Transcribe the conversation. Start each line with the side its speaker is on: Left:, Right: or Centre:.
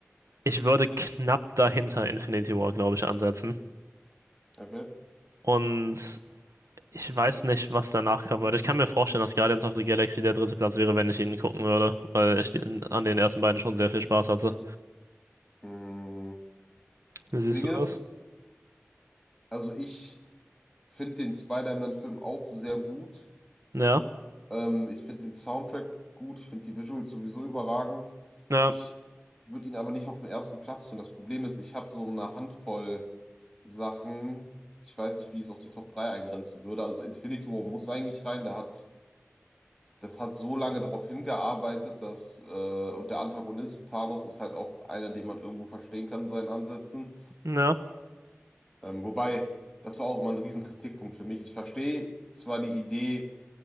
Right: ich würde knapp dahinter Infinity War, glaube ich, ansetzen.
Centre: okay.
Right: Und ich weiß nicht, was danach kommen würde. Ich kann mir vorstellen, dass Guardians of the Galaxy der dritte Platz wäre, wenn ich ihn gucken würde, weil ich den, an den ersten beiden schon sehr viel Spaß hatte.
Centre: Hm.
Right: Wie
Centre: Das
Right: siehst
Centre: Ding
Right: du
Centre: ist,
Right: das?
Centre: also ich finde den Spider-Man-Film auch sehr gut.
Right: Ja,
Centre: Ähm, ich finde den Soundtrack gut. Ich finde die Visuals sowieso überragend.
Right: ja,
Centre: Ich würde ihn aber nicht auf den ersten Platz tun. Das Problem ist, ich habe so eine Handvoll Sachen. Ich weiß nicht, wie ich es auf die Top 3 eingrenzen würde. Also Infinity War muss eigentlich rein. Der hat das hat so lange darauf hingearbeitet, dass, äh, und der Antagonist Thanos ist halt auch einer, den man irgendwo verstehen kann in seinen Ansätzen.
Right: ja,
Centre: Ähm, wobei, das war auch immer ein riesen Kritikpunkt für mich. Ich verstehe zwar die Idee,